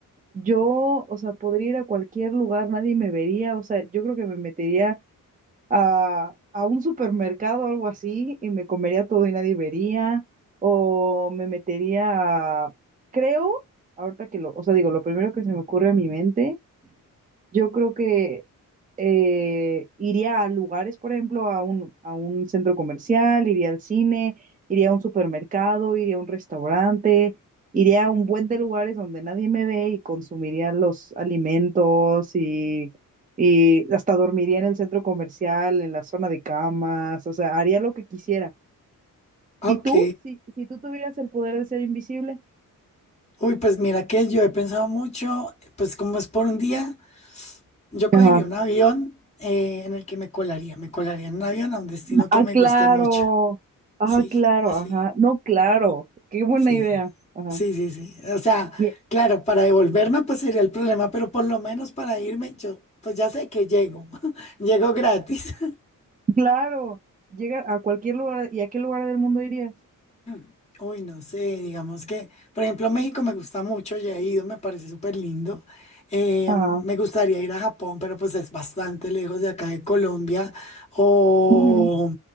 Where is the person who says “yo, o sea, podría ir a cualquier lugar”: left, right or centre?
Right